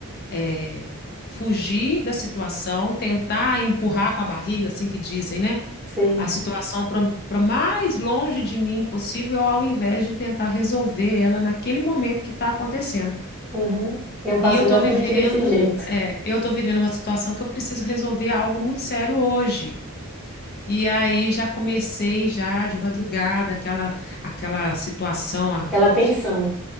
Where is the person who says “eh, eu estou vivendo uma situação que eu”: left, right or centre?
Left